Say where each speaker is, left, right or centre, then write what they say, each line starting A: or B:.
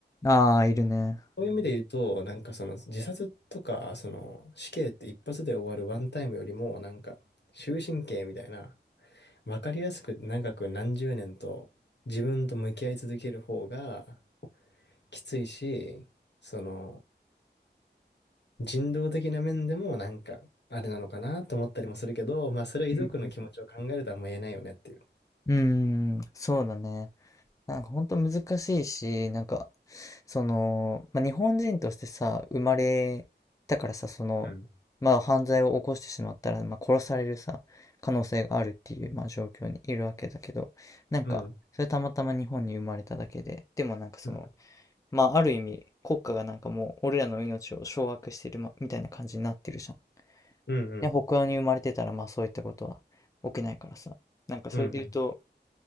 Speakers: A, on the left; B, on the left.
A: ん。ああー、いるね。
B: そういう意味で言うと、なんかその自殺とか、その死刑って一発で終わるワンタイムよりも、なんか終身刑みたいな、わかりやすく長く何十年と自分と向き合い続ける方がきついし、その人道的な面でもなんかあれなのかなと思ったりもするけど、まあそれは遺族の気持ちを考えるとあんま言えないよねっていう。
A: うんうん。うんああいるねうんうんそうだね。なんか本当難しいし、なんか、その、まあ、日本人としてさ、生まれたからさ、その、
B: うん。
A: まあ犯罪を起こしてしまったら、まあ殺されるさ、可能性があるっていう、まあ状況にいるわけだけど、なんか、
B: うん。
A: それたまたま日本に生まれただけで、でもなんかその、
B: うん。
A: まあある意味、国家がなんかもう俺らの命を掌握してる、ま、みたいな感じになってるじゃん。
B: うん。
A: で、北欧に生まれてたら、まあそういったことは起きないからさ、なんかそれで言うと、
B: うん。